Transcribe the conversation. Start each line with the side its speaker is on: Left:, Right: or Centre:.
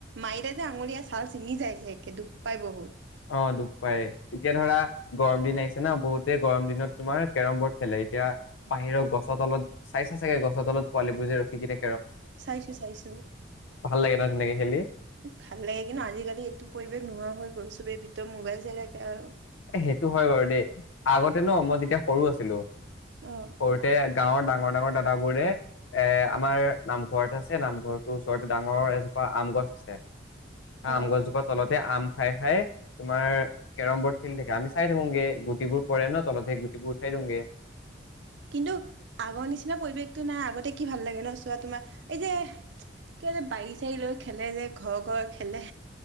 Right: মাৰিলে যে আঙুলীয়া চাল চিঙি যায় যে একে দুব পাই বহুত
Left: অ দুপ পাই। এতিয়া ধৰা গৰম দিন আহিছে ন বহুতে গৰম দিনত তোমাৰ কেৰম বৰ্ড খেলে। এতিয়া বাহিৰৰ গছৰ তলত চাই চা চাগে গছৰ তলত পোৱালি বোৰ যে ৰখি কেনে,
Right: চাইছো চাইছো।
Left: ভাল লাগে ন তেনেকে খেলি
Right: ভাল লাগে কিন্তু আজিকালি এইটো পৰিৱেশ নোহোৱা হৈ গৈছে। চবে ভিতৰত মোবাইল চাই থাকে আও
Left: সেইটো হয় বাৰু দেই আগতে ন মই যেতিয়া সৰু আছিলো,
Right: অ'।
Left: সৰুতে গাঁৱৰ ডাঙ ডাঙৰ ডাঙৰ দাদাবোৰে এ আমাৰ নামঘৰত আছে, নামঘৰটোৰ ওচৰতে ডাঙৰ এজোপা আম গছ আছে।
Right: অ',
Left: আম গছজোপা তলতে আম, খাই খাই তোমাৰ কেৰম বৰ্ড। খেলি থাকে আমি চাই থাকোগে গুটিবোৰ পৰে ন, তলতহে গুটিবোৰ উঠাই দিওঁ গে।
Right: কিন্তু আগৰ নিচিনা পৰিৱেশটো নাই। আগতে কি ভাল লাগে ন চোৱা তোমাৰ এই যে কিবা যে বাৰী চাৰী লৈ খেলে যে ঘৰ ঘৰ খেলে।